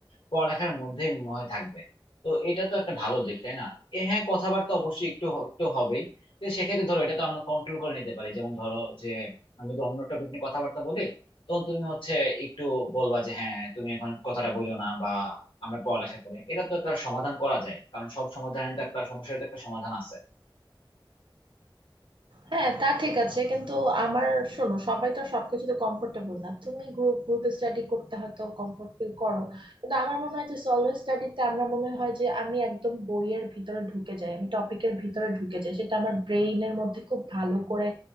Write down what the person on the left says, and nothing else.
পড়ালেখার মধ্যেই মনে হয় থাকবে তো এটা তো একটা ভালো দিক তাই না এ হ্যাঁ কথাবার্তা অবশ্যই একটু হ- একটু হবেই তো সেক্ষেত্রে ধরো এটা তো আমরা কন্ট্রোল করে নিতে পারি যেমন ধরো যে আমি তো অন্য টপিক নিয়ে কথাবার্তা বলি তখন তুমি হচ্ছে একটু বলবা যে হ্যাঁ তুমি এখন কথাটা বলো না বা আমরা পড়ালেখা করি এটা তো একটা সমাধান করা যায় কারণ সব সমাধানের তো একটা সমস্যার তো একটা সমাধান আছে